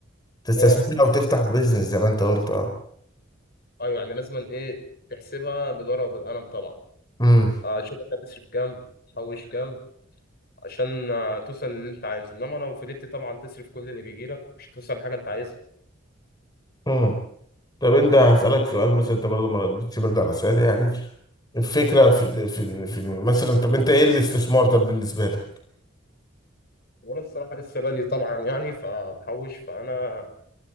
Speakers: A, on the left (about 20°); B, on the left (about 50°).
A: تستثمر
B: اه
A: او تفتح بيزنس زي ما انت قلت اه
B: ايوه يعني لازم ايه تحسبها بالورقه وبالقلم طبعا
A: امم
B: آه، شوف انت هتصرف كام تحوش كام عشان آه، توصل للي انت عايزه انما لو فضلت طبعا تصرف كل اللي بيجي لك مش هتوصل لحاجه انت عايزها
A: امم طب انت هسألك سؤال مثلا انت برضه ما ردتش برضه على سؤالي يعني الفكرة في ال- في ال- في ال- مثلا طب انت ايه الاستثمار طب بالنسبة لك؟
B: وانا الصراحه لسه بادئ طبعا يعني فبحوش فانا